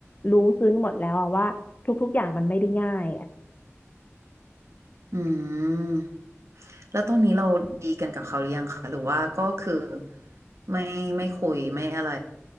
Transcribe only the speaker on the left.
รู้ซึ้งหมดแล้วอะว่าทุกๆอย่างมันไม่ได้ง่าย